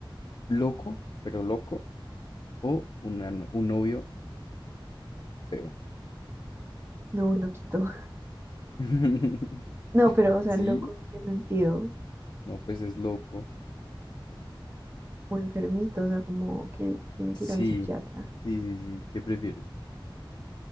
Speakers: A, on the left; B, on the right.
A: loco, pero loco? O una no- un novio feo.
B: No, un loquito. <laughs>
A: <laughs>
B: No, pero o sea,
A: Sí,
B: loco en qué sentido.
A: no, pues es loco.
B: Como enfermito, o sea, como que tiene
A: Sí,
B: que ir al psiquiatra.
A: sí, sí, sí. ¿Qué prefieres?